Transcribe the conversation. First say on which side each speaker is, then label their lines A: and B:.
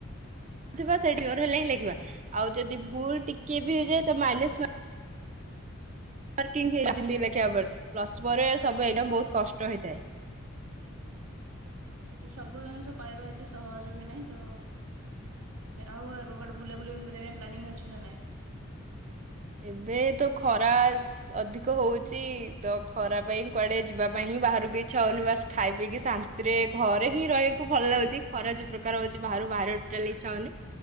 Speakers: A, on the right; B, on the right.
A: ଥିବା ସେଠି ସୋରହେଲେ ହିଁ ଲେଖିବା ଆଉ ଯଦି ଭୁଲ ଟିକେ ଟିକେ ବି
B: ହୁଁ
A: ହେଇଯାଏ ତ ମାଇନସ୍ ମାର୍କ <unintelligible> ମାର୍କିଂ ଲେଖିବା ପରେ ପ୍ଲସ ଥ୍ରି ପରେ ସବୁ ଏକ୍ସାମ୍ ବହୁତ କଷ୍ଟ ହେଇଥାଏ।
B: ସବୁ ଜିନିଷ ପାଇବା ଏତେ ସହଜ ବି ନାଇଁ ତ ଆଉ ଏବେ କୁଆଡେ ବୁଲାବୁଲି କରିବା ପାଇଁ ପ୍ଲାନିଙ୍ଗ୍ ଅଛି ନା ନାଇଁ
A: ଏବେ ତ ଖରା ଅ ଅଧିକ ହଉଛି ତ ଖରା ପାଇଁ କୁଆଡେ ଯିବା ପାଇଁ ହିଁ ବାହାରକୁ ଇଚ୍ଛା ହଉନି ବାସ ଖାଇ ପିଇକି ଶାନ୍ତିରେ ଘରେ ହିଁ ରହିବାକୁ ଭଲ ଲାଗୁଛି ଖରା ଯୋଉ ପ୍ରକାର ହଉଛି ବାହାରକୁ ବାହାରିବାକୁ ଟୋଟାଲି ଇଚ୍ଛା ହଉନି